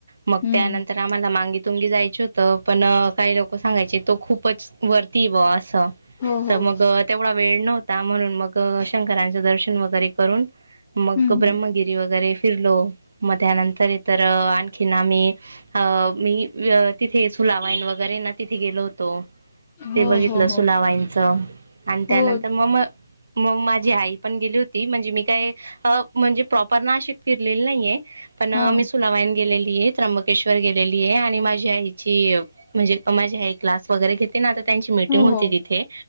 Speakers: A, on the right (about 55°); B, on the left (about 20°).
A: मग
B: हम्म.
A: त्यानंतर आम्हाला मांगी तुंगी जायच होत पण काही लोकं सांगायचे तो खूपच वरती आहे बस
B: हो
A: <unintelligible> तर
B: हो.
A: मग तेवढा वेळ नव्हता ता म्हणून मग शंकरांचं दर्शन वगैरे करून मग
B: हम्म
A: ब्रह्मगिरी
B: हम्म.
A: वगैरे फिरलो मग त्यानंतर इतर आण थिनामी अ मी तिथे सुलावाईन <inaudible> वगैरे ना तिथे गेलो होतो ते
B: हो
A: बघितलं
B: हो हो
A: सुलावाईच <inaudible> आणि त्यानंतर
B: हो
A: मग म मग माझी आई पण गेली होती म्हणजे मी काय अ म्हणजे प्रॉपर नाशिक फिरलेले नाहीये. पण
B: हा
A: मी सुलावाईन गेलेली. मी त्र्यंबकेश्वर गेलेली आहे आणि माझी आईची म्हणजे माझी आई क्लास वगैरे घेते ना आता त्यांची मीटिंग
B: हो
A: होती
B: हो
A: तिथे